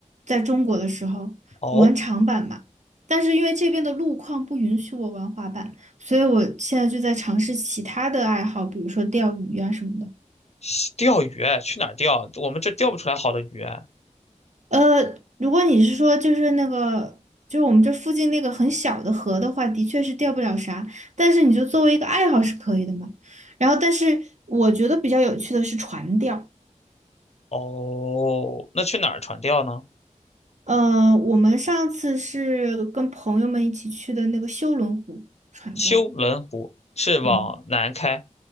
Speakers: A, on the right (about 65°); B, on the left (about 55°).
A: 在中国的时候玩长板嘛。
B: 哦，
A: 但是因为这边的路况不允许我玩滑板，所以我现在就在尝试其他的爱好，比如说钓鱼啊什么的。
B: 西钓鱼哎，去哪儿钓？我们这钓不出来好的鱼哎。
A: 呃，如果你是说就是那个，就是我们这附近那个很小的河的话，的确是钓不了啥，但是你就作为一个爱好是可以的嘛。然后，但是我觉得比较有趣的是船钓。
B: 哦，那去哪儿船钓呢？
A: 呃，我们上次是跟朋友们一起去的那个修伦湖船钓，
B: 修伦湖是往南开。
A: 嗯，